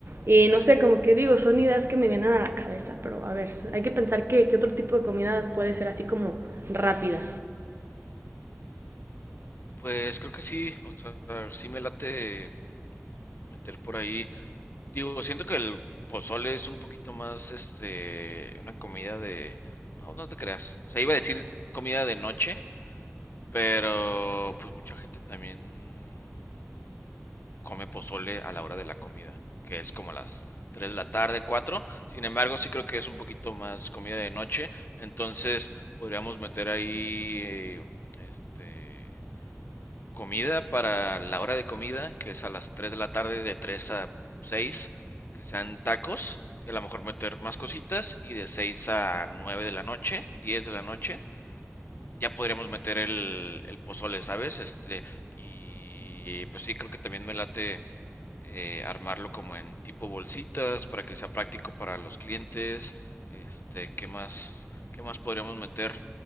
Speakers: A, on the right; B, on the left.
A: Y no sé, como que digo, son ideas que me vienen a la cabeza, pero a ver, hay que pensar que, que otro tipo de comida puede ser así como rápida.
B: Pues creo que sí, o sea, sí me late meter por ahí. Digo, siento que el pozole es un poquito más, este, una comida de... No, no te creas. O sea, iba a decir comida de noche, Pero pues mucha gente también come pozole a la hora de la comida, que es como las 3 de la tarde, cuatro Sin embargo, sí creo que es un poquito más comida de noche, entonces podríamos meter ahí eh, este comida para la hora de comida, que es a las tres de la tarde de tres a seis que sean tacos y a lo mejor meter más cositas y de 6 a 9 de la noche, 10 de la noche ya podríamos meter el, el pozole, ¿sabes? Este, y pues sí, creo que también me late eh, armarlo como en tipo bolsitas para que sea práctico para los clientes. Este, ¿qué más, qué más podríamos meter?